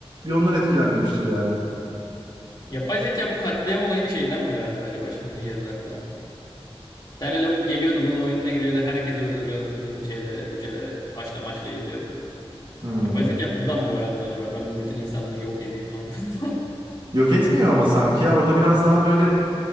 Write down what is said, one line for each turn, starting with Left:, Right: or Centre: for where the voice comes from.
Right: bir onlar etkilenmemiştir yani.
Left: Yapay zeka bu katliam olayını şeyden mi öğrendi acaba? Şimdi geldi aklıma bak. Bir tane lavuk geliyordu bunun oyununa giriyordu. Herkesi öldürüyordu bütün şeylere, cücelere. Taşla maşla eziyordu.
Right: Hmm.
Left: Yapay zeka buradan mı öğrendi acaba? Ben bu bütün insanlığı yok edeyim mantığını.
Right: Yok etmiyor ama sanki ya orada biraz daha böyle